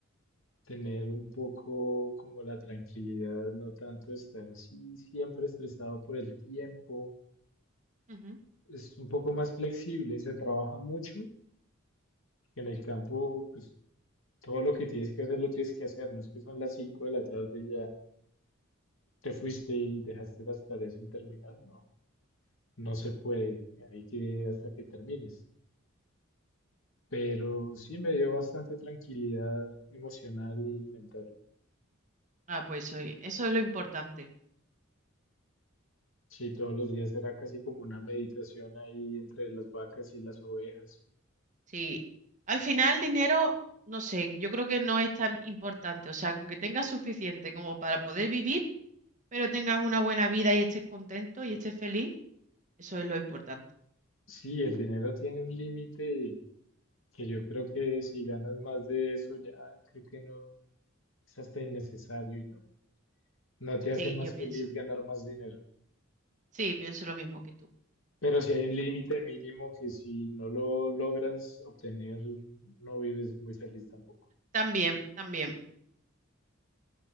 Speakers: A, on the left; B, on the right.
A: tener un poco como la tranquilidad, no tanto estar así siempre estresado por el tiempo.
B: ujú,
A: Es un poco más flexible, se trabaja mucho, que en el campo, pues todo lo que tienes que hacer lo tienes que hacer, no es que son las 5 de la tarde y ya te fuiste y dejaste las tareas sin terminar, no, no
B: ujú.
A: se puede, hay que hasta que termines. Pero sí me dio bastante tranquilidad emocional y mental.
B: Ah, pues eso, es- eso es lo importante.
A: Sí, todos los días era casi como una meditación ahí entre las vacas y las ovejas.
B: Sí. Al final, dinero, no sé, yo creo que no es tan importante. O sea, con que tengas suficiente como para poder vivir. Pero tengas una buena vida y estés contento y estés feliz, eso es lo importante.
A: Sí, el dinero tiene un límite que yo creo que si ganas más de eso ya creo que no es hasta innecesario y no, no te hace
B: Sí,
A: más
B: yo pienso.
A: feliz ganar más dinero.
B: Sí, pienso lo mismo que tú.
A: Pero si hay un límite mínimo que si no lo logras obtener, no vives muy feliz tampoco.
B: También, también.